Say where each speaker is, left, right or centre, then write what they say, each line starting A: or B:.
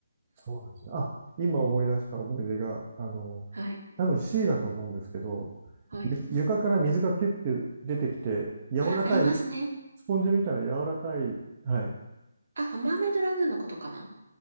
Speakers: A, on the right (about 25°); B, on the right (about 70°).
A: そうですね。あ、今思い出した思い出が、あの、
B: はい。
A: 多分 C だと思うんですけど、
B: はい。
A: ゆ床から水がピュッピュ出てきて、柔らかい、
B: ありますね。
A: スポンジみたいな柔らかい、はい。
B: あ、マーメイドラグーンのことかな